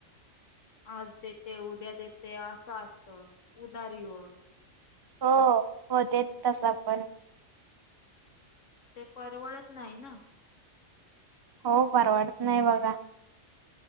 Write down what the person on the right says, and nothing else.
हो हो देत तसं पण.
हो परवडत नाही बघा.